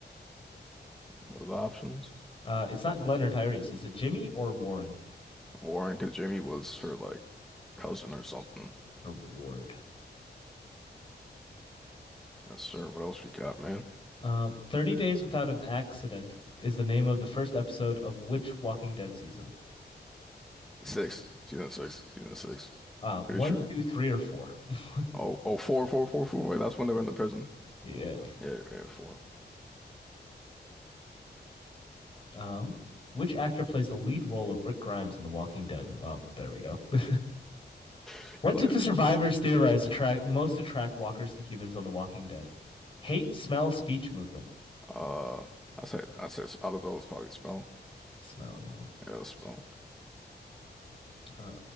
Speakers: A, in the centre; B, on the left (about 30°).
A: What are the options?
B: Uh, it's not Glenn or Tyrese. Is it Jimmy or Warren?
A: Warren, because Jamie was her like cousin or something.
B: Or Ward.
A: Yes, sir. What else we got, man?
B: Um, 30 Days Without an Accident is the name of the first episode of which Walking Dead season?
A: Six. Season six. Season six.
B: Uh, one,
A: Pretty sure.
B: two, three, or four? <laughs>
A: Oh, oh, four, four, four, four. Wait, that's when they were in the prison.
B: Yeah.
A: Yeah, yeah, four.
B: Um, which actor plays the lead role of Rick Grimes in The Walking Dead? Well, there we go. <laughs>
A: <laughs>
B: What did the survivors theorize attract most attract walkers to humans on The Walking Dead? Hate, smell, speech, movement.
A: Uh, I say, I say, out of those, probably smell.
B: Smell, yeah.
A: Yeah, smell.
B: Uh,